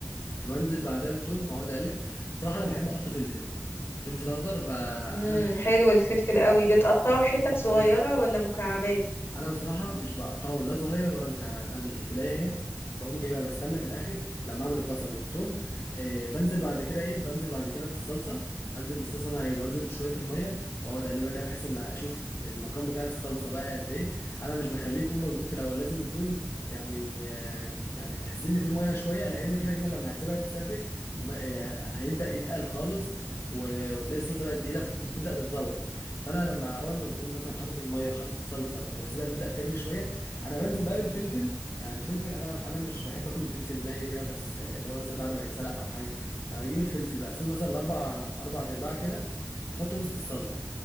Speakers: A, on the left; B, on the left.
A: فبنزل بعدها بالثوم واقعد اقلب بصراحه انا بحب احط فلفل فلفل اخضر فانا
B: امم حلو الفلفل قوي بتقطعه حتت صغيره
A: لا
B: ولا مكعبات
A: انا بصراحه مش بقطعه لا صغير ولا مكعبات انا اللي في الفلايه اهي بقوم جايبها بستنى في الاخر لما اعمل البصل والثوم آه بنزل بعد كده ايه بنزل بعد كده بالصلصه انزل بالصلصه اللي انا عايزها وانزل بشويه الميه واقعد اقلبها كده بحيث ان اشوف المقام بتاع الصلصه بقى قد ايه انا مش بخليه يكون مظبوط في الاول لازم يكون يعني آه يعني تحس ان في ميه شويه لان كده كده لما هتسيبها تتسبك الم- آه، هيبدا يتقل خالص و- وتلاقي الصلصه بقت تقيله فتبدا تتظبط فانا لما اول ما بقوم مثلا حاطط الميه وحاطط الصلصه واسيبها تبدا تغلي شويه انا بنزل بقى بالفلفل يعني الفلفل انا انا مش بحب اكل الفلفل ني كده بس آه، اللي هو مثلا بعد ما يتسلق او حاجه انا بجيب الفلفل بقى اسيبه مثلا الاربع اربع ارباع كده بحطه وسط الصلصه